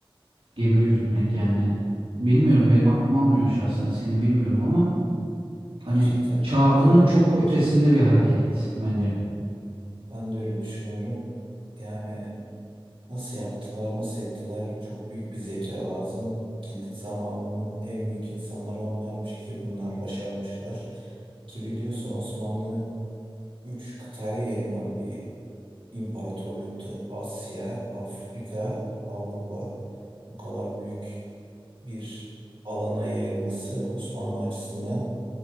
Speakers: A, on the right (about 85°); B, on the right (about 70°).
A: gemi yürütmek yani. Bilmiyorum benim aklım almıyor şahsen seni bilmiyorum ama Hani
B: Gerçekten
A: çağının
B: öyle.
A: çok ötesinde bir hareket bence.
B: Ben de öyle düşünüyorum. Yani nasıl yaptılar, nasıl ettiler? Çok büyük bir zeka lazım ki zamanının en büyük insanları onlarmış ki bunlar başarmışlar. Ki biliyorsun Osmanlı Üç kıtaya yayılan bir imparatorluktu. Asya, Afrika, Avrupa. Bu kadar büyük bir alana yayılması Osmanlı açısından